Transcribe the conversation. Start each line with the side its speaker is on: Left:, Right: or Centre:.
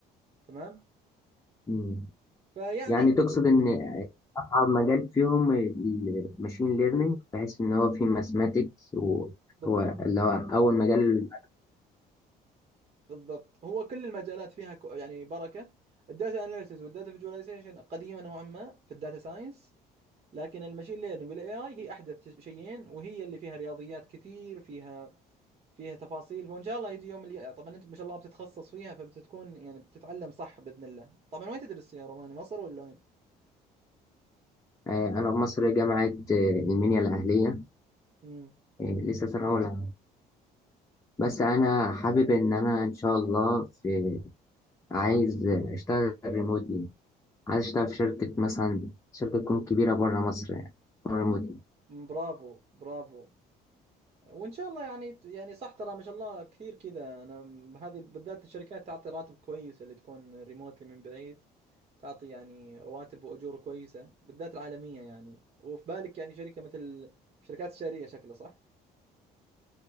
Right: تمام
Left: أمم.
Right: فيعني
Left: يعني تقصد ان اصعب مجال فيهم الماشين ليرنينج بحيث ان هو فيه ماثماتكس وهو
Right: بالضبط
Left: اللي هو اول مجال
Right: بالضبط هو كل المجالات فيها كو- يعني بركة الداتا اناليسز والداتا فيجواليزيشن قديمة نوعا ما في الداتا ساينس لكن المشين ليرنينج والاي اي هي احدث شيئين وهي اللي فيها رياضيات كثير فيها فيها تفاصيل وان شاء الله يجي يوم اللي طبعا انت ما شاء الله بتتخصص فيها فبتكون يعني بتتعلم صح باذن الله طبعا وين تدرس يا روماني مصر ولا وين
Left: آه، انا في مصر جامعة آه، المنيا الاهلية
Right: امم
Left: آه، لسه سنة اولى بس انا حابب ان انا ان شاء الله في عايز اشتغل ريموتلي عايز اشتغل في شركة مثلا شركة تكون كبيرة بره مصر يعني ريموتلي
Right: برافو برافو وان شاء الله يعني يعني صح ترى ما شاء الله كثير كذا انا م- هذه بالذات الشركات تعطي راتب كويس اللي تكون ريموتلي من بعيد تعطي يعني رواتب واجور كويسه بالذات العالميه يعني وفي بالك يعني شركه مثل الشركات الشهريه شكلها صح